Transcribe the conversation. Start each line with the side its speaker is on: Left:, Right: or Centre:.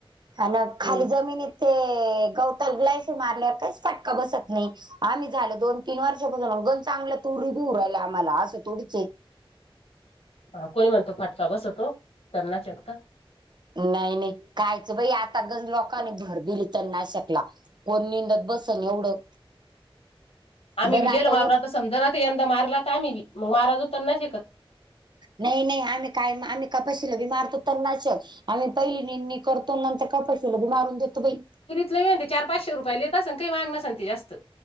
Right: अन खाली
Left: हम्म.
Right: जमिनीत ते गवताला ग्लायसिर मारल्यावर काहीच फटका बसत नाही. आम्ही झालं दोन तीन वर्षापासून एकदम चांगलं तुरी बी होऊ राहिल आम्हाला असं थोडीच आहे.
Left: हा कोणी म्हणतो फाटका बसतो तण नाशकचा.
Right: नाही नाही कायच बाई आता गच लोकांनी भर दिली तर तणनाशकला. कोण निंदत बसन एवढं?
Left: आम्ही
Right: बरं
Left: बी
Right: आता
Left: केलं वावरात
Right: उ
Left: समजा ना यंदा मारला तर आम्ही मग मारायचो तण नाशिकच.
Right: नाही नाही आम्ही काय आम्ही कपाशीला बी मारतो तन नाशक. आम्ही पहिली नेमणी करतो नंतर कपशीला बी मारून देतो बाई.
Left: तुरीतलं ते चार पाचशे ला येत असन काही महाग नसणं ते जास्त.